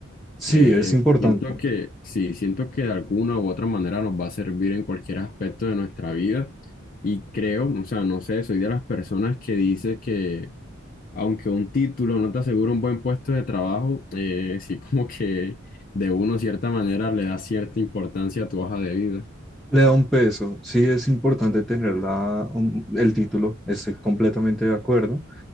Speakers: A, in the centre; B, on the left.
A: Sí,
B: Eh,
A: es importante.
B: siento que sí, siento que de alguna u otra manera nos va a servir en cualquier aspecto de nuestra vida y creo, o sea, no sé, soy de las personas que dice que aunque un título no te asegura un buen puesto de trabajo, eh, sí <laughs> como que de una cierta manera le da cierta importancia a tu hoja de vida.
A: Le da un peso. Sí, es importante tener la- un- el título. Estoy completamente de acuerdo.